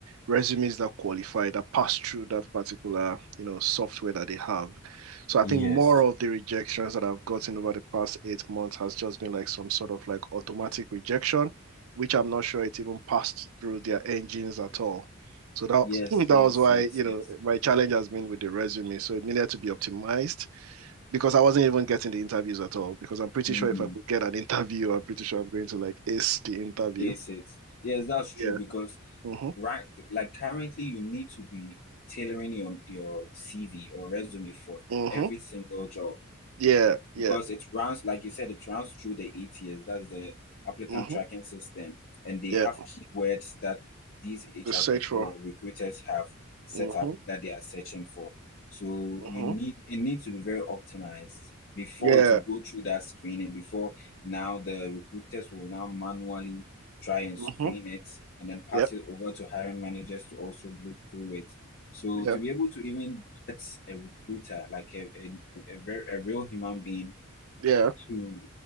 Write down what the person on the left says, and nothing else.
yes.
Yes,
yes,
yes,
yes.
Mm,
yes, it's yes, that's true
because
right like currently you need to be tailoring your your CV or resume for
every single job
because it runs, like you said, it runs through the ATS, that's the applicant
tracking system, and they
have keywords that these HR
people or recruiters have set
up that they are searching for. So
you need it needs to be very optimized before
it will go through that screening. Before now, the recruiters will now manually try and
screen it and then pass
it over to hiring managers to also look through it so
to be able to even get a recruiter, like a a, a, very, a real human being,
to